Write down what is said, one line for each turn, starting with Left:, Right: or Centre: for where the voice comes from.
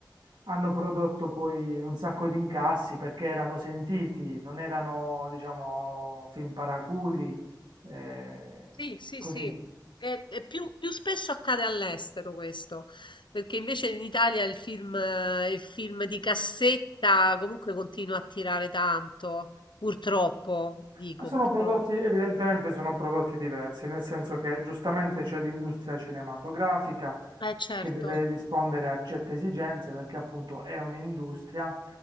Right: hanno prodotto poi un sacco di incassi perché erano sentiti, non erano, diciamo, film paraculi, eh,
Left: Sì, sì,
Right: così.
Left: sì. E- e più, più spesso accade all'estero questo, perché invece in Italia il film, eh, il film di cassetta comunque continua a tirare tanto, purtroppo, dico
Right: Ma sono
Left: purtroppo.
Right: prodotti, evidentemente sono prodotti diversi, nel senso che giustamente c'è l'industria cinematografica
Left: Eh certo,
Right: che deve rispondere a certe esigenze perché appunto è un'industria